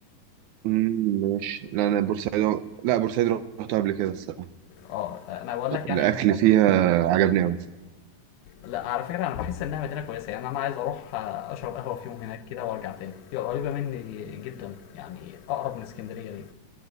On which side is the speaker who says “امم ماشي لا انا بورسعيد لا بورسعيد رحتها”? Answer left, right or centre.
Right